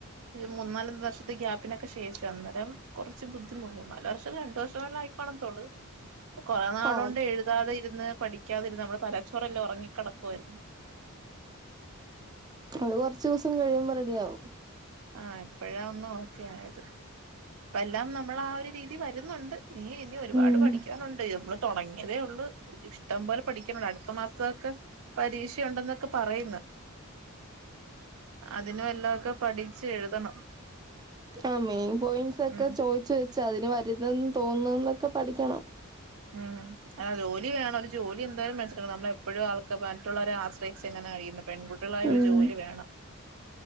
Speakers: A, on the right (about 70°); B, on the right (about 20°).
A: ഒരു മൂന്നാല് വർഷത്തെ ഗ്യാപ്പിനൊക്കെ ശേഷം അന്നേരം കുറച്ച് ബുദ്ധിമുട്ടു നല്ല വർഷം രണ്ടു വർഷം വല്ലെ ആയിക്കോണത്തോള് കൊറേ നാളോണ്ട്
B: ആ
A: എഴുതാതെ ഇരുന്ന് പഠിക്കാതിരിന്നാൽനമ്മുടെ തലച്ചോറല്ലാം ഉറങ്ങിക്കിടക്കുവായിരുന്നു.
B: അത് കുറച്ച് ദിവസം കഴിയുമ്പോ റെഡിയാവും.
A: ആ എപ്പഴാ ഒന്ന് ഓക്കെ ആയത്. ഇപ്പെല്ലാം നമ്മളാ ആ ഒരു രീതി വരുന്നുണ്ട് ഇല്ല ഇനി ഒരുപാട്
B: ഉം
A: പഠിക്കാനുണ്ട് നമ്മള്. തുടങ്ങിയതേ ഉള്ളൂ ഇഷ്ടംപോലെ പഠിക്കണം അടുത്ത മാസമൊക്കെ പരീക്ഷയുണ്ടെന്നൊക്കെ പറയുന്ന്. അതിനും വല്ലഒക്കെ പഠിച്ചു എഴുതണം
B: ആ മെയിൻ പോയിന്റ്സ് ഒക്കെ
A: ഉം
B: ചോയിച്ച് വെച്ച് അതിന് വരുന്നന്ന് തോന്നുന്നതൊക്കെ പഠിക്കണം.
A: ഉം അ ജോലി വേണം ഒരു ജോലി എന്തായാലും <unintelligible> നമ്മളെപ്പോഴും ആൾക്ക് മറ്റുള്ളവരെ ആശ്രയിച്ച് ഇങ്ങനെ കഴിയുന്ന പെൺകുട്ടികളായ
B: ഉം
A: ഒരു ജോലി വേണം.